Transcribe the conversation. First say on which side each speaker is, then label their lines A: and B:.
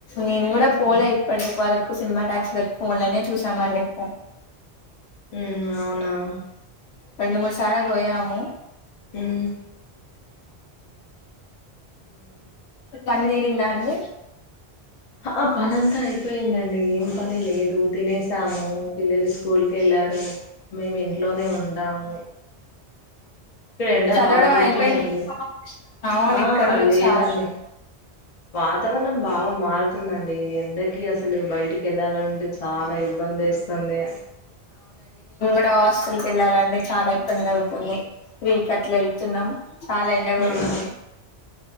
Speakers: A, on the left; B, on the left.
A: నేను కూడా పోలే
B: హ్మ్.
A: ఇప్పటికీ వరకు సినిమా ట్యాక్స్ లకి ఫోన్ లోనే చూసామండి ఫోన్
B: ఉ అవును అవును
A: రెండు మూడు సార్ పోయాము
B: హుమ్ ఉ
A: మందీరిందా అండి
B: ఆ పన్నియంతా అయిపోయిందండి. ఏం పని లేదు తినసాము పిల్లలు స్కూల్కి వెళ్ళారు. మేము ఇంట్లోనే ఉంటము. ఇక్కడ ఎండ
A: చదవడం
B: బాగా కొడుతుంది
A: అయిపోయింది అవును
B: ఆ
A: ఇక్కడ కూడా
B: లేదండి.
A: చాల
B: వాతవరణం బాగా మారు తుందండి ఎండకి అసలు బయటికి వెళ్ళాలంటే చాలా ఇబ్బంది ఏస్తుంది
A: ఇ హాస్టల్కి వెళ్ళాలండి చాలా ఇబ్బంది అవుతుంది త్రి కట్ల వెళ్తున్నాం చాలా ఎండ పేడుతుంది.
B: ఉమ్,